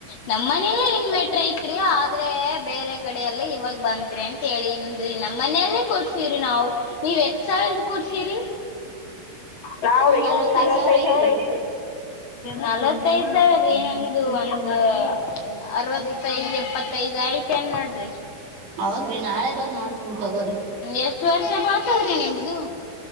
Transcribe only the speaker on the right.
ನಲ್ವತ್ತೈದ್
ಸಾವಿರ ಐತ್ರಿ
ಹೌದ್ರಿ ನಾಳೆ ಬಂದ್ ನೋಡ್ತೀನ ತೊಗೋರಿ